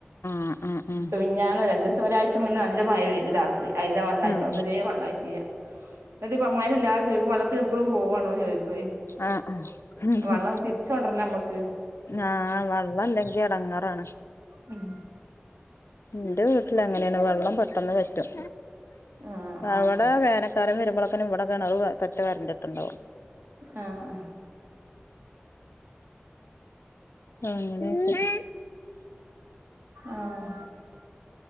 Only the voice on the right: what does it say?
ഇപ്പ പിന ഞ്ഞാന്ന് രണ്ട് ദിവസം ഒരാഴ്ച്ച മുന്നേ നല്ല മഴപെയ്തു രാത്രി. അതില വെള്ളായി
ഇപ്പൊ. അതരേ വള്ളായിമായി്ട്ടിയ്യാ <unintelligible> തില്ലാരും ചോദിക്കും വളത്ത് എപ്പളും പോവാണോ ചോദിക്കോ
വെള്ളം തിരിച്ചോണ്ടരണേ മ്മക്ക്.
ഉം.
ആഹ് ആഹ്
ആഹ്.
ആഹ്.